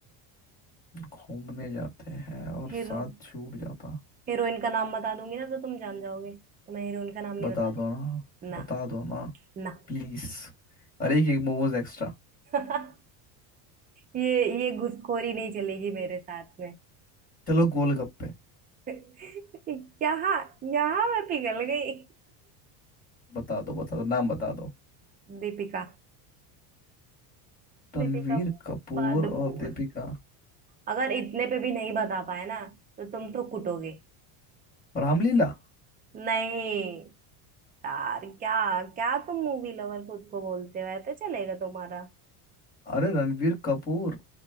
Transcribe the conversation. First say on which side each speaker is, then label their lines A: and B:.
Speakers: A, on the left; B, on the right.
A: घूमने जाते हैं और
B: हीरो
A: साथ छूट जाता
B: हीरोइन का नाम बता दूंगी ना तो तुम जान जाओगे तो मैं हीरोइन का नाम नहीं
A: बता
B: बता रही
A: दो ना
B: ना
A: बता दो ना
B: ना
A: प्लीज अरे एक मोमोज एक्स्ट्रा
B: <laughs> ये ये घुसखोरी नहीं चलेगी मेरे साथ में
A: चलो गोलगप्पे
B: <laughs> यहाँ यहाँ मैं पिघल गई
A: बता दो बता दो नाम बता दो
B: <laughs> दीपिका
A: रणवीर
B: दीपिका
A: कपूर
B: पादुकोण
A: और दीपिका
B: अगर इतने पे भी नहीं बता पाए ना तो तुम तो कुटोगे
A: और रामलीला
B: नहीं यार क्या क्या तुम मूवी लवर खुद को बोलते हो ऐसे चलेगा तुम्हारा
A: अरे रणवीर कपूर